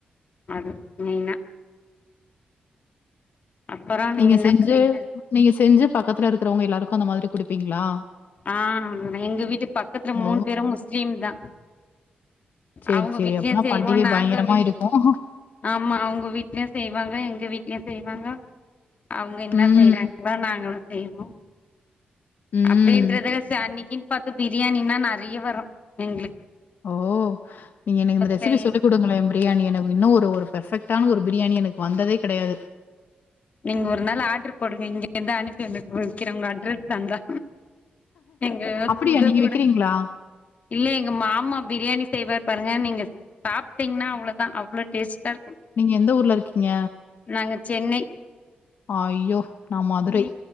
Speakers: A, on the left; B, on the left.
A: அது மெய்னா அப்புறோ
B: நீங்க
A: என்ன
B: செஞ்சு
A: பண்றீங்க
B: நீங்க செஞ்சு பக்கத்துல இருக்றவங்க எல்லாருக்கு அந்த மாதிரி குடுப்பீங்ளா
A: ஆ எங்க வீட்டு பக்கத்துல
B: ஓ!
A: மூணு பேரூ முஸ்லீம்தா
B: சரி,
A: அவுங்க
B: சரி.
A: வீட்லயு
B: அப்பன்னா
A: செய்வோ
B: பண்டிகை
A: நாங்க
B: பயங்கரமா
A: வீட்
B: இருக்கும்.
A: ஆமா அவுங்க வீட்லயு செய்வாங்க எங்க வீட்லயு செய்வாங்க அவுங்க என்னா
B: ம்,
A: செய்றாங்களோ நாங்களு செய்வோ
B: ம்.
A: அப்டீன்றதுல ச அன்னிக்குன்னு பாத்து பிரியாணின்னா நெறைய வரூ எங்ளுக்
B: ஓ நீங்க எனக்கு இந்த ரெசிபி
A: செய்
B: சொல்லிக் குடுங்களே பி பிரியாணி எனக்கு இன்னு ஒரு ஒரு பெர்ஃபெக்டான ஒரு பிரியாணி எனக்கு வந்ததே கெடயாது
A: நீங்க ஒரு நாள் ஆர்டர் போடுங்க இங்கருந்து அனுப்பி உங்களுக்கு வக்கிறே உங்க அட்ரஸ் தந்தா ஏங்க
B: அப்படியா
A: சுட
B: நீங்க
A: சுட
B: விக்கிறீங்களா?
A: இல்ல எங்க மாமா பிரியாணி செய்வார் பாருங்க நீங்க சாப்ட்டீங்ன்னா அவ்ளதா அவ்ளோ டேஸ்டா இருக்கூ
B: நீங்க எந்த ஊர்ல இருக்கீங்க
A: நாங்க சென்னை
B: ஐயோ நான் மதுரை.
A: நீ